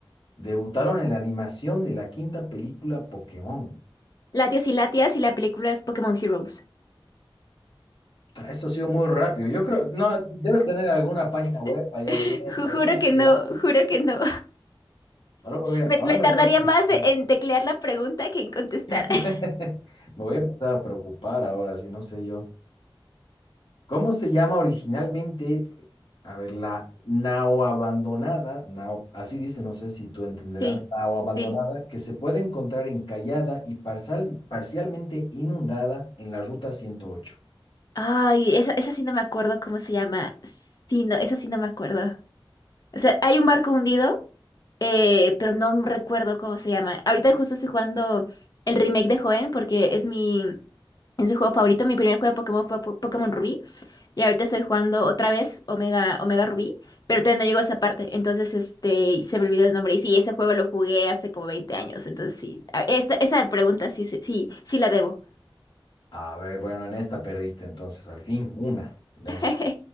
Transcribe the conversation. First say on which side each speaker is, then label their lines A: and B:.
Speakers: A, on the left; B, on the left.
A: debutaron en la animación de la quinta película Pokémon?
B: Latios y Latias y la película es Pokémon Heroes.
A: Ta, Esto ha sido muy rápido. Yo creo, no, debes tener alguna página web
B: <laughs>
A: ahí abierta,
B: Ju-
A: una
B: juro que
A: guía.
B: no, juro que no.
A: Ahora, me voy a-
B: Me,
A: ahora
B: me
A: me
B: tardaría
A: está preocupando.
B: más en teclear la pregunta que en contestar.
A: <laughs>
B: <laughs>
A: Me voy a empezar a preocupar ahora, si no sé yo. ¿Cómo se llama originalmente? A ver, la nao abandonada, nao, así dice, no sé si tú entenderás,
B: Sí,
A: nao abandonada,
B: sí.
A: que se puede encontrar encallada y parcial- parcialmente inundada en la ruta 108.
B: Ay, esa, esa sí no me acuerdo cómo se llama. Sí, no, esa sí no me acuerdo. O sea, hay un barco hundido, eh, pero no recuerdo cómo se llama. Ahorita justo estoy jugando el remake de Joen porque es mi, es mi juego favorito. Mi primer juego de Pokémon fue Po- Pokémon Rubí. Y ahorita estoy jugando otra vez Omega, Omega Rubí, pero todavía no llego a esa parte, entonces este, se me olvidó el nombre. Y sí, ese juego lo jugué hace como 20 años, entonces sí, a- esa, esa pregunta sí, sí, sí, sí la debo.
A: A ver, bueno, en esta perdiste entonces, al fin, una. Le
B: <laughs>
A: hemos-